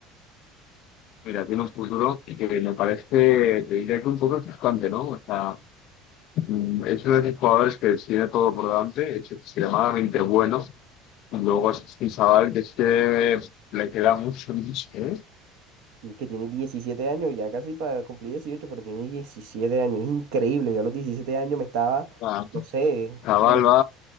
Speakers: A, on the left; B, on the right.
A: mira, tiene un futuro que me parece, te diría que un poco frustrante, ¿no? O sea, mm, es uno de esos jugadores que tiene todo por delante, es extremadamente bueno. Y luego es un chaval que es que le queda mucho, mucho, ¿eh?
B: Y Que tiene 17 años, ya casi para cumplir dieciocho pero tiene 17 años, es increíble. Yo a los 17 años me estaba,
A: Ah,
B: no sé,
A: Chaval
B: bueno,
A: va,